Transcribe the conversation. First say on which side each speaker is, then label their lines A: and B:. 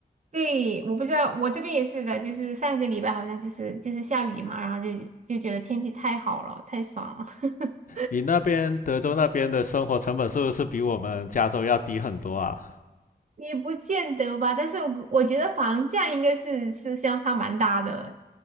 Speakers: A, on the right; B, on the left.
A: 对，我不知道，我这边也是的，就是上个礼拜好像就是就是下雨嘛，然后就就觉得天气太好了，太爽了。<laughs>
B: 你那边德州那边的生活成本是不是比我们加州要低很多啊？
A: 也不见得吧，但是我我觉得房价应该是是相差蛮大的，